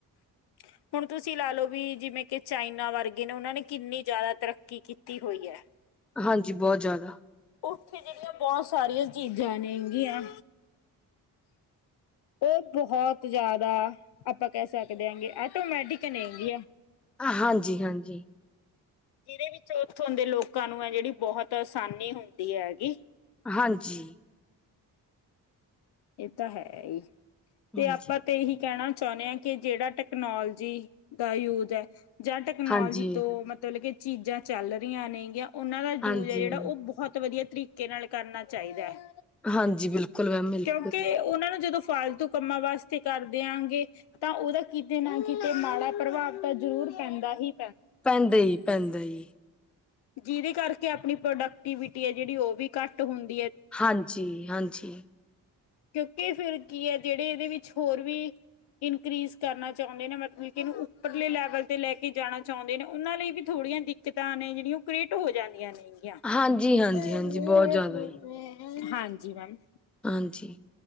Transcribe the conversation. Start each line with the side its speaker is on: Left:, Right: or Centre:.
Left: <unintelligible> ਹੁਣ ਤੁਸੀਂ ਲਾ ਲਓ ਵੀ ਜਿਵੇਂ ਕਿ ਚਾਈਨਾ ਵਰਗੇ ਨੇ ਉਹਨਾਂ ਨੇ ਕਿੰਨੀ ਜ਼ਿਆਦਾ ਤਰੱਕੀ ਕੀਤੀ ਹੋਈ ਹੈ।
Centre: ਹਾਂ ਜੀ ਬਹੁਤ ਜ਼ਿਆਦਾ।
Left: ਉੱਥੇ ਜਿਹੜੀਆਂ ਬਹੁਤ ਸਾਰੀਆਂ ਚੀਜ਼ਾਂ ਨੇ ਹੈਗੀਆਂ। ਉਹ ਬਹੁਤ ਜ਼ਿਆਦਾ ਆਪਾਂ ਕਹਿ ਸਕਦੇ ਹਾਂ ਕਿ ਆਟੋਮੈਟਿਕ ਨੇ ਹੈਗੇ ਆ।
Centre: ਹਾਂਜੀ ਹਾਂਜੀ।
Left: ਜਿਹਦੇ ਵਿੱਚ ਉੱਥੋਂ ਦੇ ਲੋਕਾਂ ਨੂੰ ਹੈ ਜਿਹੜੀ ਬਹੁਤ ਆਸਾਨੀ ਹੁੰਦੀ ਹੈਗੀ।
Centre: ਹਾਂ ਜੀ।
Left: ਇਹ ਤਾਂ ਹੈ ਹੀ
Centre: ਹਾਂਜੀ,
Left: ਤੇ ਆਪਾਂ ਤੇ ਇਹੀ ਕਹਿਣਾ । ਚਾਹੁੰਦੇ ਹਾਂ ਕੀ ਜਿਹੜਾ ਟੈਕਨੋਲੋਜੀ ਦਾ ਯੂਸ ਹੈ। ਜਾਂ ਟੈਕਨੋਲੋਜੀ
Centre: ਹਾਂਜੀ,
Left: ਤੋਂ ਮਤਲਬ ਕੀ ਚੀਜ਼ਾਂ ਚੱਲ ਰਹੀਆਂ ਨੇ ਜਾਂ ਉਹਨਾਂ ਦਾ ਯੂਜ
Centre: ਹਾਂਜੀ
Left: ਐ ਜਿਹੜਾ
Centre: ਮੈਮ।
Left: ਉਹ ਬਹੁਤ ਵਧੀਆ ਤਰੀਕੇ ਨਾਲ ਕਰਨਾ ਚਾਹੀਦਾ ਹੈ।
Centre: ਹਾਂਜੀ ਬਿਲਕੁਲ ਮੈਮ ਬਿਲਕੁਲ।
Left: ਕਿਉਂਕਿ ਉਹਨਾਂ ਜਦੋਂ ਫਾਲਤੂ ਕੰਮਾਂ ਵਾਸਤੇ ਕਰ ਦਿਆਂਗੇ ਤਾਂ। ਉਹਦਾ ਕਿਤੇ ਨਾ ਕਿਤੇ ਮਾੜਾ ਪ੍ਰਭਾਵ ਪੈ ਜ਼ਰੂਰ ਪੈਂਦਾ ਹੀ
Centre: ਪੈਂਦਾ ਈ-ਪੈਂਦਾ ਈ।
Left: ਜਿਹਦੇ ਕਰਕੇ ਆਪਣੀ ਪ੍ਰੋਡਕਟੀਵਿਟੀ ਹੈ। ਜਿਹੜੀ ਉਹ ਵੀ ਘੱਟ ਹੁੰਦ
Centre: ਹਾਂਜੀ- ਹਾਂਜੀ।
Left: ਕਿਉਂਕਿ ਫਿਰ ਕੀ ਹੈ ਜਿਹੜੇ ਇਹਦੇ ਵਿੱਚ ਹੋਰ ਵੀ ਇਨਕਰੀਜ਼ ਕਰਨਾ ਚਾਹੁੰਦੇ ਨੇ ਮਤਲਬ ਕਿ ਇਹਨੂੰ ਉੱਪਰਲੇ ਲੈਵਲ ਤੇ ਲੈ ਕੇ ਜਾਣਾ ਚਾਹੁੰਦੇ ਨੇ ਉਹਨਾਂ ਲਈ ਵੀ ਥੋੜ੍ਹੀ ਬੜੀਆਂ ਦਿੱਕਤਾਂ ਨੇ ਜਿਹੜੀਆਂ ਉਹ ਕ੍ਰੀਏਟ ਹੋ ਜਾਂਦੀਆਂ ਨੇ।
Centre: ਹਾਂਜੀ, ਹਾਂਜੀ,
Left: <inaudible>
Centre: ਹਾਂਜੀ ਬਹੁਤ ਜ਼ਿਆਦਾ ਜੀ।
Left: ਹਾਂਜੀ ਮੈਮ
Centre: ਹਾਂਜੀ